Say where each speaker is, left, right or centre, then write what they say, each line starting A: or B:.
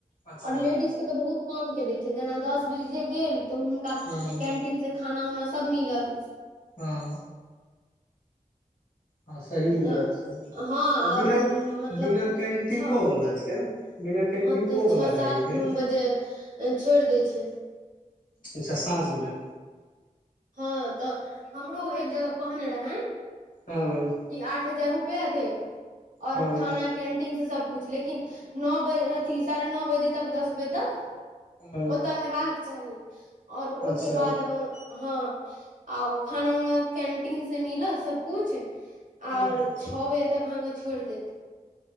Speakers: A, on the left; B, on the right.
A: अच्छा
B: और लेडीज के तऽ बहुत कम के दै छै जेना दस जे गेल तऽ हुनका
A: हँ
B: कैंटीन से खाना उना सब मिलल
A: हँ हँ सही
B: अ
A: बात छै
B: हँ ओरो
A: बिना
B: मतलब
A: बिना कैंटीनो
B: छ
A: वाला छै बिना कैंटीनो
B: हँ तऽ
A: वाला
B: छ‌अ सात
A: रहै छै
B: बजे छोइड़ दै छै
A: अच्छा साँझ में
B: हँ तऽ हमरो एक जगह कहने रहै
A: हँ
B: कि आठ हजार रुपैआ देब और
A: हँ
B: खाना कैन्टीन से सबकुछु लेकिन नओ बजे अथी साढ़े नओ बजे तक दस बजे तक
A: हँ
B: ओतय हेबाक चाही ओर ओहिके
A: अच्छा
B: बाद हँ आ खाना उना कैंटीन से मिलत सबकुछ ओर
A: हँ
B: छओ बजे तक अहाँके छोड़ि देत